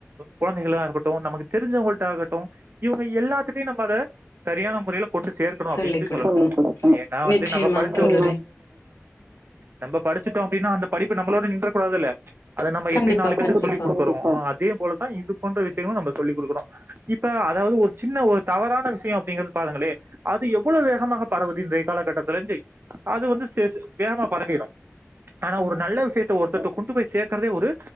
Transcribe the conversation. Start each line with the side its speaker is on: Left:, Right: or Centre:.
Right: குழந்தைகளா இருக்கட்டும் நமக்கு தெரிஞ்சவங்கள்டிட்ட ஆகட்டும் இவங்க எல்லாத்துட்டயையும் நம்ம அதை சரியான முறையில கொண்டு சேர்க்கணும் அப்படின்ட்டு
Left: சொல்லிக் குடுக்கணு
Right: சொல்லலாம் ஏன்னா வந்து
Left: நிச்சயமா
Right: நம்ம படிச்சோம்
Left: தோழரே
Right: நம்ம படிச்சிட்டோம் அப்படின்னா அந்த படிப்பு நம்மளோட நின்ற கூடதுல்ல அது நம்ம
Left: கண்டிப்பா
Right: எப்படி நாலு பேத்துக்கு
Left: கண்டிப்பா
Right: சொல்லி கொடுக்குறோம் இதே போல தான் இது பண்ற விஷயங்களு நம்ம சொல்லிக கொடுக்கறோம் இப்ப அதாவது ஒரு சின்ன ஒரு தவறான விஷயம் அப்படிங்கறது பாருங்களே அது எவ்வளவு வேகமாக பரவுது இன்றைய காலகட்டத்தல இரு அது வந்து வேகமா பரவிடும் ஆனா ஒரு நல்ல விஷயத்த ஒருத்த கொண்டு போய் சேர்க்கறதே ஒரு